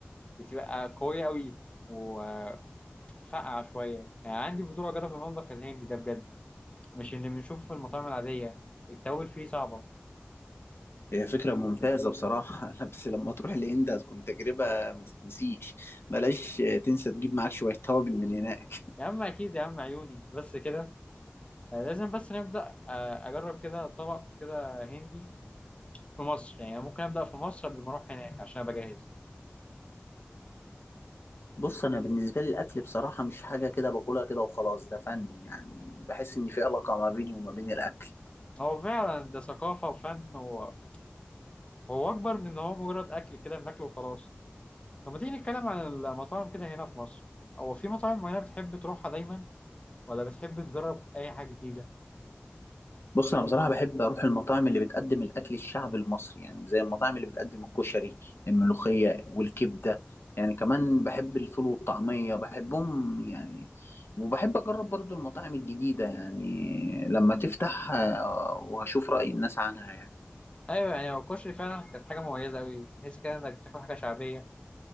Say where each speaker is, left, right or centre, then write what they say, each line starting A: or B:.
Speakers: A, on the left; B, on the left.
A: بتبقى قويه قوي وفقعه شويه يعني عندي فضول اجرب المطبخ الهندي ده بجد مش اللي بنشوفه في المطاعم العاديه التوابل فيه صعبه
B: هي فكرة ممتازة بصراحة <laughs> لا بس لما تروح الهند هتكون تجربة ما تتنسيش بلاش تنسى تجيب معاك شوية توابل من هناك <laughs>
A: يا عم اكيد يا عم عيوني بس كده آه، لازم بس نبدأ آه، أجرب كده طبق كده هندي في مصر يعني ممكن أبدأ في مصر قبل ما أروح هناك عشان أبقى جاهز
B: بص أنا بالنسبة لي الأكل بصراحة مش حاجة كده باكلها كده وخلاص ده فن يعني بحس إن في علاقة ما بيني وما بين الأكل
A: هو فعلا ده ثقافة وفن و- وهو أكبر من إن هو مجرد أكل كده بناكله وخلاص طب ما تيجي نتكلم عن المطاعم كده هنا في مصر هو في مطاعم معينة بتحب تروحها دايما ولا بتحب تجرب أي حاجة جديدة؟
B: بص انا بصراحه بحب اروح المطاعم اللي بتقدم الاكل الشعبي المصري يعني زي المطاعم اللي بتقدم الكشري الملوخيه والكبده يعني كمان بحب الفول والطعميه بحبهم يعني وبحب اجرب برضو المطاعم الجديده يعني لما تفتح آه، وهشوف راي الناس عنها يعني
A: أيوه يعني هو الكشري فعلا كانت حاجة مميزة أوي تحس كده إنك بتاكل حاجة شعبية